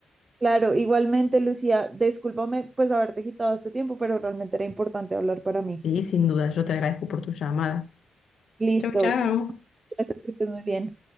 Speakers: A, on the right; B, on the left.
A: Claro, igualmente, Lucía, discúlpame pues haberte quitado este tiempo, pero realmente era importante hablar para mí.
B: Y sin duda, yo te agradezco por tu llamada.
A: Listo,
B: Chau, chau.
A: gracias, que estés muy bien.